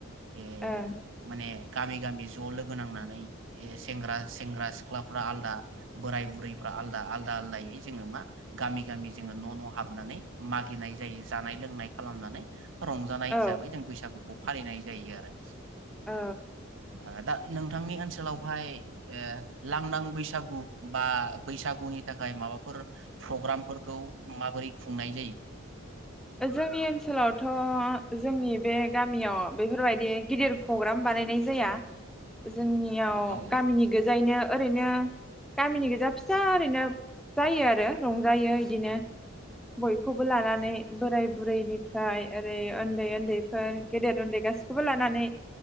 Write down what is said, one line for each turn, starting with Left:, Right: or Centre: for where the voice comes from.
Right: ए
Centre: ओं
Right: माने गामि गामि ज लोगो नांनानै ए सेंग्रा सेंग्रा सिख्लाफ्रा आलदा बोराय बुरैफ्रा आलदा आलदा आलदायै जोङो मा गामि गामि जोङो न न हाबनानै मागिनाय जायो जानाय लोंनाय खालामनानै रंजानाय
Centre: औ
Right: हिसाबै जों बैसागु फालिनाय जायो आरो।
Centre: औ।
Right: आ दा नोंथांनि ओनसो सोलावहाय ओ लांदां बैसागु बा बैसागुनि थाखाय माबाफोर प्रग्रामफोरखौ माबोरै खुंनाय जायो?
Centre: जोंनि ओनसोलावथ' जोंनि बे गामियाव बेफोरबायदि गिदिर प्रग्राम बानायनाय जाया। जोंनियाव
Right: औ
Centre: गामिनि गोजायैनो ओरैनो गामिनि गोजा फिसा ओरैनो जायो आरो रंजायो बिदिनो बयखौबो लानानै बोराय बुरैनिफ्राय ओरै उन्दै उन्दैफोर गेदेर उन्दै गासैखौबो लानानै